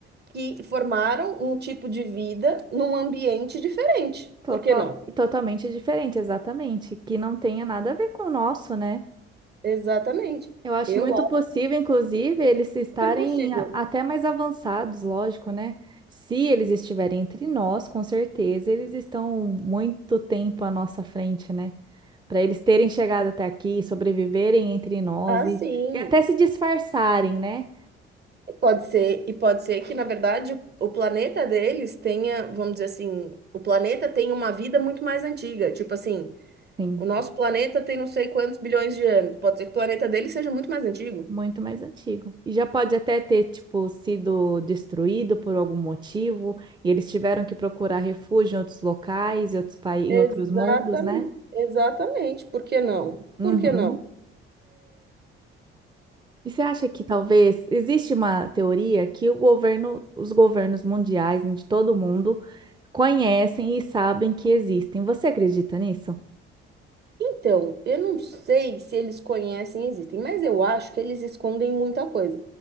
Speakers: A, on the right (about 35°); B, on the right (about 15°).
A: que formaram um tipo de vida num ambiente diferente.
B: Total,
A: Por que não?
B: totalmente diferente, exatamente, que não tenha nada a ver com o nosso, né?
A: Exatamente.
B: Eu acho
A: Eu
B: muito possível, inclusive, eles estarem
A: Super possível.
B: a- até mais avançados, lógico, né? Se eles estiverem entre nós, com certeza eles estão muito tempo à nossa frente, né? Para eles terem chegado até aqui, sobreviverem entre nós
A: Ah,
B: e,
A: sim.
B: e até se disfarçarem, né?
A: E Pode ser, e pode ser que, na verdade, o o planeta deles tenha, vamos dizer assim, o planeta tem uma vida muito mais antiga. Tipo assim,
B: Sim.
A: o nosso planeta tem não sei quantos bilhões de anos. Pode ser que o planeta deles seja muito mais antigo.
B: Muito mais antigo. E já pode até ter, tipo, sido destruído por algum motivo, e eles tiveram que procurar refúgio em outros locais, em outros países,
A: Exatamente,
B: em outros mundos, né?
A: exatamente. Por que não?
B: Uhum.
A: Por que não?
B: E você acha que talvez existe uma teoria que o governo, os governos mundiais, né, de todo mundo, conhecem e sabem que existem. Você acredita nisso?
A: Então, eu não sei se eles conhecem e existem, mas eu acho que eles escondem muita coisa.